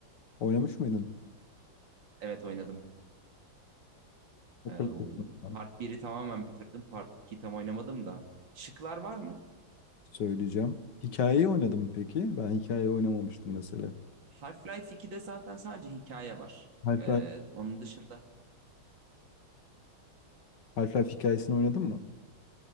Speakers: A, on the left; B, on the right.
A: Oynamış mıydın?
B: Evet oynadım.
A: Hatırlıyorum.
B: Ee, part biri tamamen bitirdim. Part 2'yi tam oynamadım da. Şıklar var mı?
A: söyleyeceğim. Hikayeyi oynadın mı peki? Ben hikayeyi oynamamıştım mesela.
B: Half-Life 2'de zaten sadece hikaye var.
A: Half-Life,
B: Ee, onun dışında
A: Half-Life hikayesini oynadın mı?